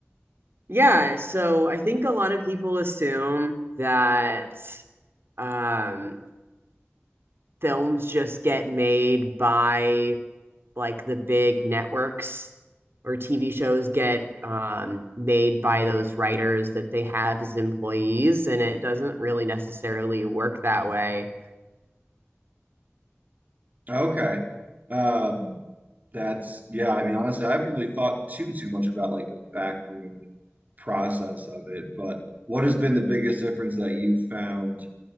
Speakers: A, on the right (about 55°); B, on the right (about 35°).
A: yeah so i think a lot of people assume that um films just get made by like the big networks or TV shows get um, made by those writers that they have as employees, and it doesn't really necessarily work that way.
B: Okay. Um, that's yeah. I mean, honestly, I haven't really thought too too much about like the backroom process of it. But what has been the biggest difference that you found